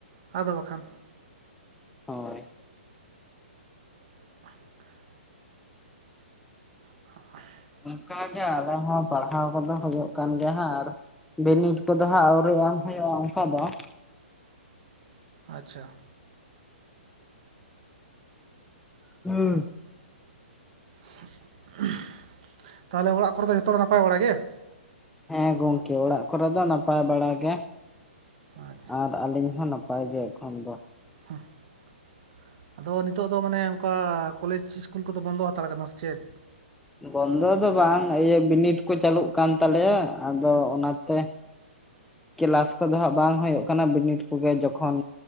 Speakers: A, on the right; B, in the centre.
A: ᱟᱫᱚ ᱵᱟᱠᱷᱟᱱᱼᱼ
B: ᱦᱚᱭ ᱾
A: <inaudible> <inaudible>
B: ᱚᱱᱠᱟᱜᱮ ᱟᱞᱮ ᱦᱚᱸ ᱯᱟᱲᱦᱟᱣ ᱠᱚᱫᱚ ᱦᱳᱭᱳᱜ ᱠᱟᱱ ᱜᱮᱭᱟ ᱦᱟᱸᱜ ᱟᱨᱼᱼ ᱵᱤᱱᱤᱰ ᱠᱚᱫᱚ ᱦᱟᱸᱜ ᱟᱹᱣᱨᱤ ᱮᱢ ᱦᱩᱭᱩᱜᱼᱟ ᱚᱱᱠᱟ ᱫᱚ ᱾
A: ᱟᱪᱪᱷᱟ ᱾
B: ᱦᱩᱸ
A: <inaudible> ᱛᱟᱦᱚᱞᱮ ᱚᱲᱟᱜ ᱠᱚᱨᱮ ᱫᱚ ᱡᱚᱛᱚ ᱫᱚ ᱱᱟᱯᱟᱭ ᱵᱟᱲᱟ ᱜᱮ?
B: ᱦᱮᱸ ᱜᱚᱝᱠᱮ ᱚᱲᱟᱜ ᱠᱚᱨᱮ ᱫᱚ ᱱᱟᱯᱟᱭ ᱵᱟᱲᱟ ᱜᱮ ᱾
A: ᱟᱪᱪᱷᱟ
B: ᱟᱨ ᱟᱹᱞᱤᱧ ᱦᱚᱸ ᱱᱟᱯᱟᱭ ᱜᱮ ᱮᱠᱷᱚᱱ ᱫᱚ ᱾
A: <unintelligible> ᱟᱫᱚ ᱱᱤᱛᱚᱜ ᱫᱚ ᱢᱟᱱᱮ ᱚᱝᱠᱟ ᱠᱚᱞᱮᱡᱽ ᱤᱥᱠᱩᱞ ᱠᱚᱫᱚ ᱵᱚᱱᱫᱚ ᱦᱟᱛᱟᱲ ᱠᱟᱱᱟ ᱥᱮ ᱪᱮᱫ?
B: ᱵᱚᱱᱫᱚ ᱫᱚ ᱵᱟᱝ ᱤᱭᱟᱹ ᱵᱤᱱᱤᱰ ᱠᱚ ᱪᱟᱹᱞᱩᱜ ᱠᱟᱱ ᱛᱟᱞᱮᱭᱟ ᱟᱫᱚ ᱚᱱᱟᱛᱮᱼᱼ ᱠᱮᱞᱟᱥ ᱠᱚᱫᱚ ᱦᱟᱸᱜ ᱵᱟᱝ ᱦᱳᱭᱳᱜ ᱠᱟᱱᱟ, ᱵᱤᱱᱤᱰ ᱠᱚᱜᱮ ᱡᱚᱠᱷᱚᱱᱼᱼ